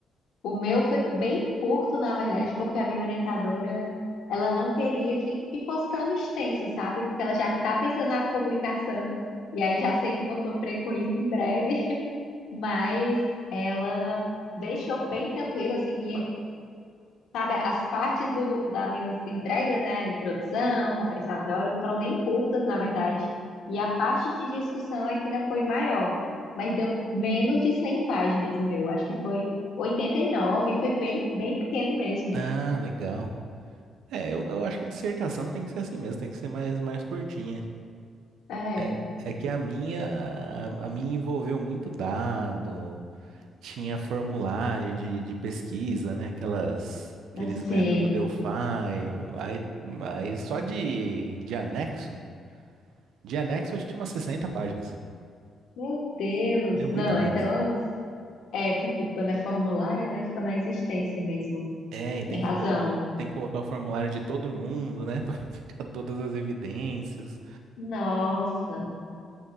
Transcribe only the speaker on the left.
O meu foi bem curto, na verdade, porque a minha orientadora, ela não queria que, que fosse tão extenso, sabe? Porque ela já tá pensando na publicação, e aí já sei que vou sofrer com isso em breve, <laughs> mas ela deixou bem tranquilo, assim, minha Sabe, as partes do, das minhas entregas, né, a introdução, referencial teórico, foram bem curtas, na verdade. E a parte de discussão é que ainda foi maior, mas deu menos de 100 páginas o meu. Acho que foi 89, e nove, e foi bem, bem pequeno mesmo.
É,
assim,
meu Deus.
Não,
então, é, porque quando é formulário, né, fica mais extenso mesmo.
Tem razão.
Nossa,